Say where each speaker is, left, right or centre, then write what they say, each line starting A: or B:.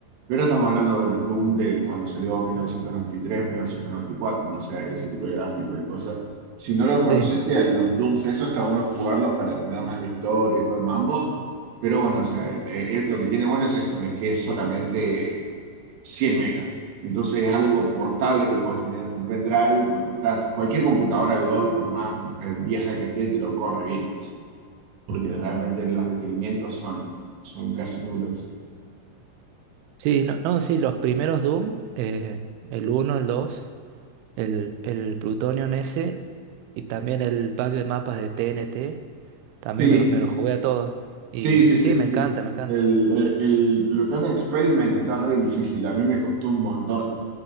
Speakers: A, on the right; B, on the right.
A: Pero estamos hablando de, bueno, Doom de cuando salió en mil mil novecientos novecientos noventa noventa y tres mil novecientos noventa y cuatro no sé, ese tipo de gráficos y cosas. Si no lo conociste,
B: sí.
A: a los Dooms, eso está bueno jugarlos para tener más la historia y todo el mambo. Pero bueno, o sea, eh, eh, lo que tiene bueno es eso, es que es solamente 100 megas. Entonces es algo portable que podés tener en un pendrive y cuando estás, cualquier computadora de hoy, por más eh, vieja que esté, te lo corre bien, porque realmente los requerimientos son, son casi nulos.
B: Sí, no, no, sí, los primeros Doom, eh, el uno, el 2, el, el Plutonium ese y también el pack de mapas de TNT, también
A: Sí,
B: me lo, me lo jugué a todos. Y
A: sí, sí,
B: sí,
A: sí, sí,
B: me
A: sí.
B: encanta, me encanta.
A: El, el, el Plutón Experiment está re difícil, a mí me costó un montón.